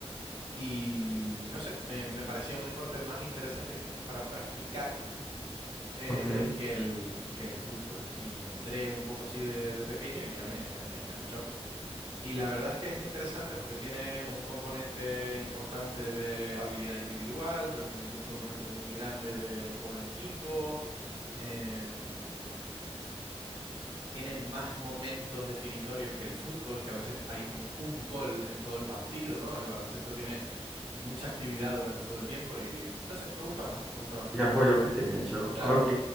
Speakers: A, on the right; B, in the centre.
A: Y no sé, me, me parecía un deporte más interesante para practicar eh,
B: ok.
A: que el, que el fútbol. Y entré un poco así de, de pequeño y ya me, me enganchó. Y la verdad es que es interesante porque tiene un componente importante de habilidad individual, pero también tiene un componente muy grande de juego en equipo. em, tiene más momentos definitorios que el fútbol, que a veces hay como un gol en todo el partido, ¿no? El baloncesto tiene mucha actividad durante todo el tiempo y no sé, me gusta más, me gusta más.
B: Ya fue lo que te enganchó.
A: Claro.
B: Ok,